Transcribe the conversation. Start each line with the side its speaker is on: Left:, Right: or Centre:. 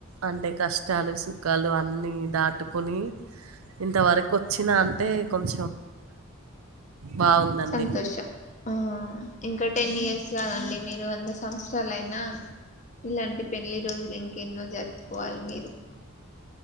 Right: అంటే కష్టాలు సుఖాలు అన్నీ దాటుకొని ఇంతవరకు వచ్చిన అం టె కొమ్ బాగుందండి
Left: సంతోషం ఆ ఇంకా టెన్ ఇయర్స్ కాదండి మీరు ఎంత సంవత్సరాలు అయినా ఇలాంటి పెళ్లి రోజులు ఇంకెన్నో జరుపుకోవాలి మీరు